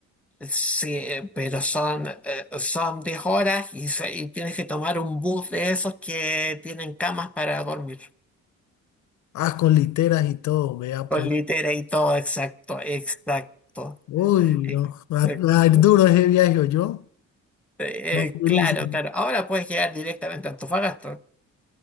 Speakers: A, in the centre; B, on the left.
A: Sí, pero son, eh, son 10 horas y, se- y tienes que tomar un bus de esos que tienen camas para dormir.
B: Ah, con literas y todo, vea
A: Con
B: pues.
A: litera y todo, exacto, exacto,
B: Uy,
A: exacto.
B: no, va, va a ir duro ese viaje, yo.
A: Eh,
B: Durísimo.
A: claro, claro. Ahora puedes llegar directamente a Antofagasta.